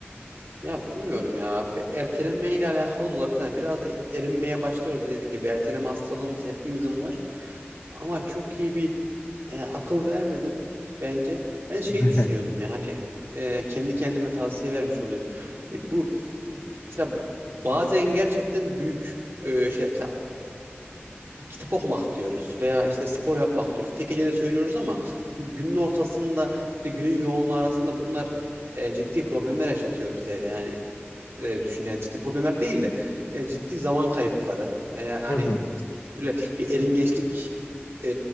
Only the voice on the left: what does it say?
<laughs>
Hı hı.